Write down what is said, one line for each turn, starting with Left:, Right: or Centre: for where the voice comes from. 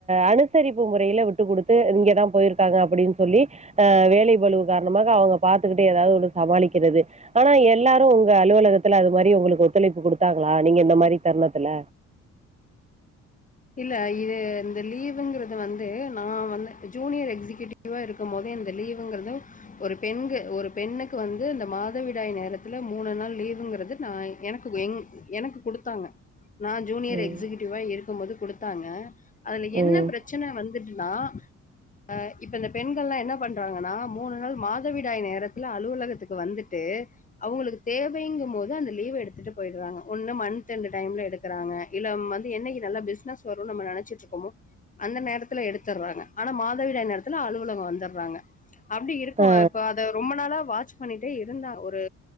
Right: அனு அனுசரிப்பு முறையில விட்டுக் கொடுத்து இங்கேதா போயிருக்காங்க அப்டின் சொல்லி வேலை பலுவுக்காரணமாக மாக அவுங்க பாத்துக்கிட்டு ஏதாவ்து ஒரு சமாளிக்கிறது ஆனா எல்லாரு உங்க உங்க அலுவலகத்துல அது மாரி உங்குளுக்கு ஒத்துழைப்பு குடுத்தாங்களா நீங்க இந்த மாரி தருணத்துல
Left: இல்ல இது இந்த லீவுங்குறது வந்து நா வந்து ஜூனியர் எக்ஸிகியூட்டிவா இருக்கும் போது இந்த லீவுங்கிறது ஒரு பெண்கு ஒரு பெண்ணுக்கு வந்து இந்த மாதவிடாய் நேரத்துல மூணு நாள் லீவு லீவுங்குறது நா எனக்கு எங்கு எனக்கு குடுத்தாங்க நா ஜூனியர்
Right: ம்
Left: எக்ஸிக்யூட்டிவா இருக்கும் போது குடுத்தாங்க அதுல என்ன
Right: ம்
Left: பிரச்சன வந் வந்துட்டுனா ஆ இப்ப இந்த பெண்கள்லா என்ன பண்றாங்கன்னா மூணு நாள் மாதவிடாய் நேரத்துல அலுவலகத்துக்கு வந்துட்டு அவுங்குளுக்கு தேவைங்கும் போது அந்த லீவ எடுத்துட்டு போயிட்றாங்க ஒன்னு மன்த் எண்டு டைம்ல எடுக்குறாங்க இல்ல வந்து என்னிக்கு நல்லா பிசினஸ் வரோ நம்ம நெனச்சிக்கிட்டு இருக்கோமோ அந்த நேரத்துல எடுத்துறாங்க ஆனா மாதவிடாய் நேரத்துல அலுவலகோ வந்துடுறாங்க அப்டி இருக்கு
Right: ஆ
Left: இப்போ அத ரொம்ப நாளா வாட்ச் பண்ணிட்டே இருந்தே ஒரு